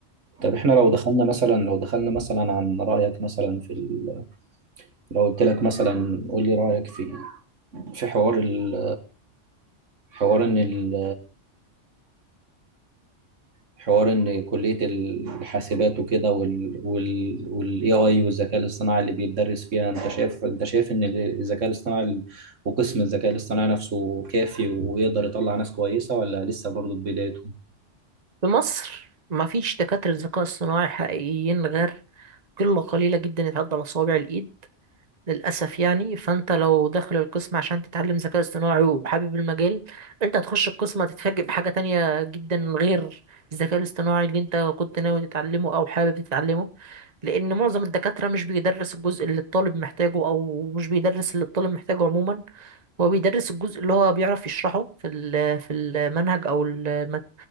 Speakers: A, on the right (about 85°); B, on the right (about 35°).
A: طب إحنا لو دخلنا مثلا لو دخلنا مثلا عن رأيك مثلا في ال... لو قلت لك مثلا قول لي رأيك في في حوار ال... حوار إن ال... حوار إن كلية الحاسبات وكده وال وال وال AI والذكاء الاصطناعي اللي بيتدرس فيها أنت شايف أنت شايف إن الذكاء الاصطناعي وقسم الذكاء الاصطناعي نفسه كافي ويقدر يطلع ناس كويسة ولا لسه برضه في بدايته؟
B: في مصر مفيش دكاترة ذكاء اصطناعي حقيقيين غير قلة قليلة جدا يتعدى على صوابع الإيد للأسف يعني فأنت لو داخل القسم عشان تتعلم ذكاء اصطناعي وحابب المجال أنت هتخش القسم هتتفاجئ بحاجة تانية جدا غير الذكاء الاصطناعي اللي أنت كنت ناوي تتعلمه أو حابب تتعلمه لأن معظم الدكاترة مش بيدرس الجزء اللي الطالب محتاجه أو مش بيدرس اللي الطالب محتاجه عموما هو بيدرس الجزء اللي هو بيعرف يشرحه في ال- في المنهج أو المادة